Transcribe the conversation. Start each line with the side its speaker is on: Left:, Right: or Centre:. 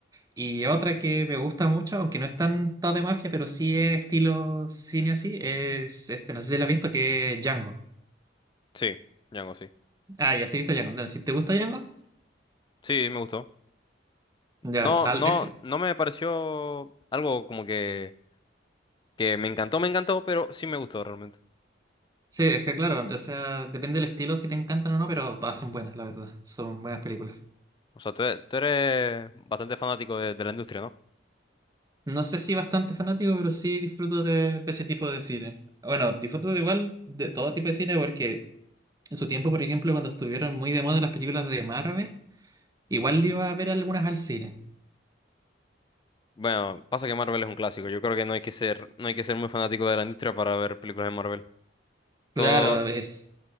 Right: Y otra que me gusta mucho, aunque no es tanto de mafia, pero sí es estilo cine así, es, este, no sé si la has visto, que es Django.
Left: sí, Django, sí.
Right: Ah, ya sí he visto Django. Entonces, Si te gusta Django,
Left: Sí, me gustó.
Right: ya,
Left: No,
Right: al-
Left: no,
Right: es-
Left: no me pareció algo como que, que me encantó, me encantó, pero sí me gustó realmente.
Right: Sí, es que claro, o sea, depende del estilo si te encantan o no, pero todas son buenas, la verdad. Son buenas películas.
Left: O sea, tú, e- tú eres bastante fanático de, de la industria, ¿no?
Right: No sé si bastante fanático, pero sí disfruto de, de ese tipo de cine. Bueno, disfruto de igual de todo tipo de cine porque en su tiempo, por ejemplo, cuando estuvieron muy de moda las películas de Marvel, igual iba a ver algunas al cine.
Left: Bueno, pasa que Marvel es un clásico. Yo creo que no hay que ser, no hay que ser muy fanático de la industria para ver películas de Marvel. Todo,
Right: Claro, es...